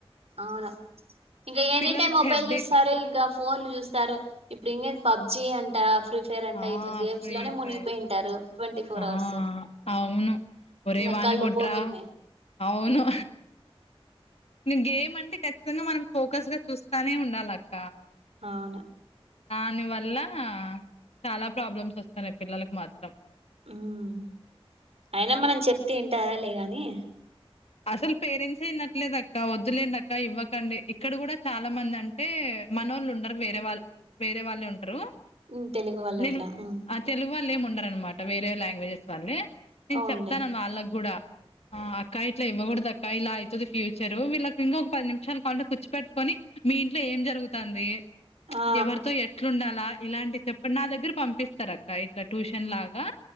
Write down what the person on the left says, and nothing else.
పిల్లలకి
హెడ్డేక్
ఆ
ఫ్రీ
ఫైర్
ఆ
అవును ఒరే
వాన్ని
కొట్రా
అవును ఇ గేమ్ అంటే ఖచ్చితంగా మనం ఫోకస్ గా చూస్తానే ఉండాలక్క
దాని వల్ల చాలా ప్రాబ్లమ్స్ వస్తున్నాయి పిల్లలకు మాత్రం
అసలు పేరెంట్స్ వినట్లేదక్క వద్దులేండక్క ఇవ్వకండి ఇక్కడ కూడా చాలా మంది అంటే మనోళ్ళు ఉండరు వేరే వాళ్ళు వేరే వాళ్ళు ఉంటారు
నేను
ఆ తెలుగు వాళ్ళు ఏమ ఉన్నారన్నమాట వేరే లాంగ్వేజెస్ వాళ్ళ నేను
చెప్తాన వాళ్ళ కూడా అ ఇట్ల ఇవకూడదక్క ఇలా అవుతది ఫ్యూచర్ వీళ్ళకి ఇంకా ఒక పది నిమిషాలు పాటు కూర్చిపట్టుకొని మీ ఇంట్లో ఏం జరు గుతుంది
ఎవరితో ఎట్లుండాలా ఇలాంటి చెప్పండి నా దగ్గర పంపిస్తారు అక్క ఇట్లా ట్యూషన్ లాగా